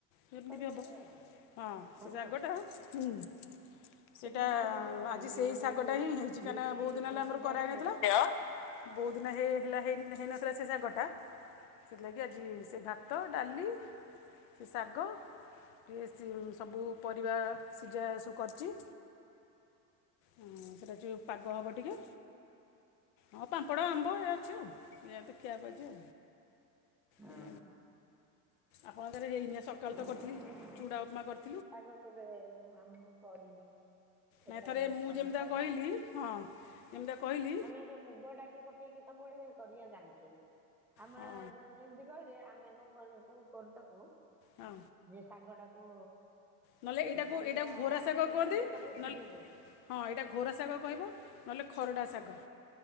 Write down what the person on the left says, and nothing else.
ସେମିତି
ବି ହେବ
ହଁ
ରାଗ
ଟା ହୁଁ ସେଇଟା
ଆଜି ସେହି
ଶାଗଟା
ହିଁ ହେଇଛି କାହିଁକନା
ବହୁ ଦିନ
ହେଲା ଆମର
କରାହେଇନଥିଲା ବହୁତ ଦିନ ହେଇ ହେଲା ହେଇନଥିଲା ସେ ଶାଗ ଟା ସେଥିଲାଗି ଆଜି ସେ ଭାତ ଡାଲି ସେ ଶାଗ ଟିକଏ ସ ସବୁ ପରିବା ସିଝା ସବୁ କରିଛି। ହଁ ସେଇଟା ଅଛି ପାଗ ହେବ ଟିକେ ହଁ ପାମ୍ପଡ଼ ଆମ୍ବ ଏଇ ଅଛି ଏଇଆ ଅଛି ଆଉ ଖିଆ ହେବ ଆଜି।
ଏ ଆପଣଙ୍କରେ ହେଇନି ଆ ସକାଳ ତ କରିଥିଲି
ଚୁଡ଼ା ଉପମା କରିଥିଲ।
ନାଇଁ ଥରେ ମୁଁ
ଯେମିତା
କହିଲି ହଁ ଯେମିତା କହିଲି
ହଁ
ହଁ।
ନହେଲେ ଏଇଟାକୁ
ଏଇଟାକୁ ଘୋରା
ଶାଗ କୁହନ୍ତି
ନହେଲେ
ହଁ ଏଇଟା ଘୋରା ଶାଗ କହିବ ନହେଲେ ଖରଡ଼ା ଶାଗ